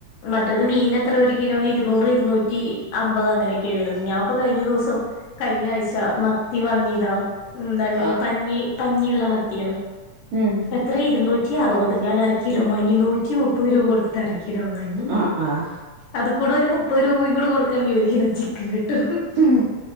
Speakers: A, on the left; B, on the right.
A: മറ്റത് മീൻ എത്ര ഒരു കിലോന് ഇരുന്നൂറ് ഇരുന്നൂറ്റി അമ്പത് അങ്ങനെയൊക്കെയാണ് വുന്നത് ഞാൻപ്പോ കഴിഞ്ഞ ദിവസം കഴിഞ്ഞ ആഴ്ച മത്തി വാങ്ങിയതാ എന്താണ്
B: ആ
A: പഞ്ഞി പഞ്ഞിയുള്ള മത്തിയാണ്
B: ഉം
A: എത്ര ഇരുന്നൂറ്റി അറുപത് ഞാനര കിലോ വാങ്ങി നൂറ്റി മുപ്പത് രൂപ കൊടുത്ത് ട്ടരക്കിലോ വാങ്ങി
B: ആ ആ
A: അത് കൂടെ ഒരു മുപ്പത് രൂപ കൂടെ കൊടുക്കയാണെങ്കിൽ ഒരു കിലോ ചിക്കൻ കിട്ടും
B: ഉം